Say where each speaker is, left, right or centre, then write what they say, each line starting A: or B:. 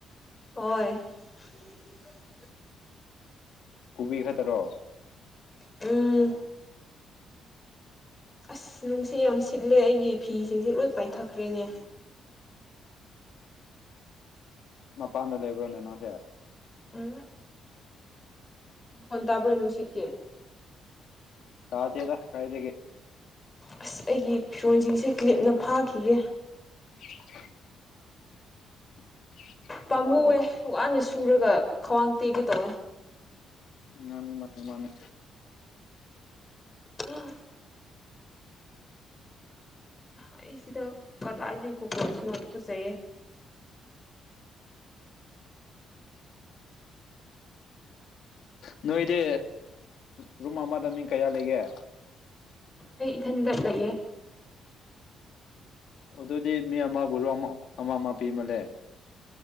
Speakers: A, on the left (about 20°); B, on the left (about 70°).
A: ꯍꯣꯏ <inaudible>
B: ꯀꯣꯕꯤ ꯈꯛꯇꯔꯣ
A: ꯎꯝ ꯑꯁ ꯅꯨꯡꯁꯤꯠ ꯌꯥꯝ ꯁꯤꯠꯂꯦ ꯑꯩꯒꯤ ꯐꯤꯁꯤꯡꯁꯦ ꯂꯣꯏ ꯄꯥꯏꯊꯈ꯭ꯔꯦꯅꯦ
B: ꯃꯄꯥꯟꯗ ꯂꯩꯕ꯭ꯔꯣꯅꯦ ꯅꯪꯁꯦ
A: ꯑ ꯍꯣꯟ ꯇꯥꯕ꯭ꯔꯣ ꯅꯨꯡꯁꯤꯛꯀꯦ
B: ꯁꯥꯗꯗ ꯀꯥꯏꯗꯒꯤ
A: ꯑꯁ ꯑꯩꯒꯤ ꯐꯤꯔꯣꯟꯁꯤꯡꯁꯦ ꯀ꯭ꯂꯤꯞꯅ ꯐꯥꯈꯤꯒꯦ
B: <unintelligible> <inaudible>
A: ꯄꯥꯝꯂꯨꯑꯦ ꯋꯥꯅ ꯁꯨꯔꯒ ꯈ꯭ꯋꯥꯡ ꯇꯦꯛꯒꯩ ꯇꯧꯋꯦ
B: ꯃꯥꯅꯤ ꯃꯥꯅꯤ ꯃꯥꯅꯤ
A: ꯎ ꯑꯩ ꯁꯤꯗ ꯀꯔꯂꯏꯗ ꯀꯣ ꯀ ꯏꯁꯅꯣꯗꯨ ꯀꯁꯦ
B: ꯅꯣꯏꯗꯤ ꯔꯨꯝ ꯑꯃꯗ ꯃꯤ ꯀꯌꯥ ꯂꯩꯒꯦ
A: ꯑꯩ ꯏꯊꯟ ꯆꯠꯂꯒꯦ
B: ꯑꯗꯨꯗꯤ ꯃꯤ ꯑꯃ ꯔꯣ ꯑꯃ ꯑꯃ ꯑꯃ ꯄꯤꯃꯜꯂꯦ